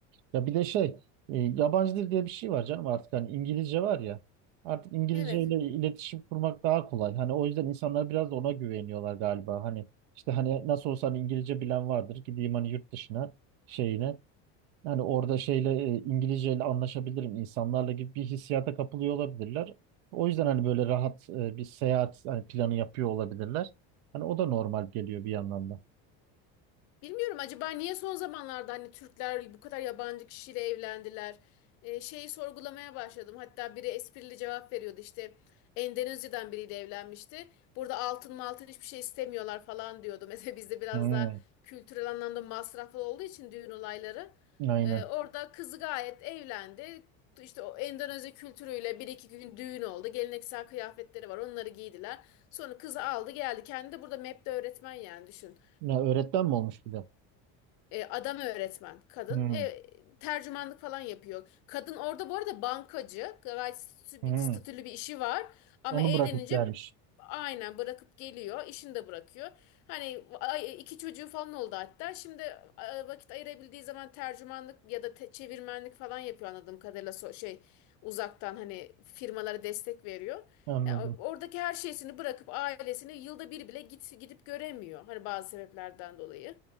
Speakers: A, on the right (about 75°); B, on the left (about 60°).
A: ya bir de şey e, yabancı dil diye bir şey var canım artık hani İngilizce var ya artık İngilizce
B: Evet.
A: ile iletişim kurmak daha kolay. Hani o yüzden insanlar biraz da ona güveniyorlar galiba. Hani işte hani nasıl olsa hani İngilizce bilen vardır. Gideyim hani yurt dışına şeyine hani orada şeyle e, İngilizce anlaşabilirim insanlarla gibi bir hissiyata kapılıyor olabilirler. O yüzden hani böyle rahat e, bir seyahat hani planı yapıyor olabilirler. Hani o da normal geliyor bir yandan da.
B: Bilmiyorum acaba niye son zamanlarda hani Türkler bu kadar yabancı kişiyle evlendiler? Ee, şeyi sorgulamaya başladım. Hatta biri esprili cevap veriyordu işte Endonezya'dan biriyle evlenmişti. Burada altın maltın hiçbir şey istemiyorlar falan diyordu. <laughs> Mesela bizde biraz
A: Hmm,
B: daha kültürel anlamda masraflı olduğu için düğün olayları.
A: aynen.
B: Ee, orada kızı gayet evlendi. İşte o Endonezya kültürüyle bir iki gün düğün oldu. Geleneksel kıyafetleri var onları giydiler. Sonra kızı aldı geldi. Kendi de burada MEP'te öğretmen yani düşün.
A: Ya öğretmen mi olmuş bir de?
B: E, adam öğretmen, kadın
A: Hmm,
B: e, tercümanlık falan yapıyor. Kadın orada bu arada bankacı, gayet statü-
A: hmm.
B: statülü bir işi var ama
A: Onu
B: evlenince
A: bırakıp gelmiş.
B: aynen bırakıp geliyor, işini de bırakıyor. Hani ay- iki çocuğu falan oldu hatta. Şimdi e, vakit ayırabildiği zaman tercümanlık ya da te- çevirmenlik falan yapıyor anladığım kadarıyla so- şey uzaktan hani firmalara destek veriyor.
A: Anladım.
B: Yani o- oradaki her şeysini bırakıp ailesini yılda bir bile git, gidip göremiyor. Hani bazı sebeplerden dolayı.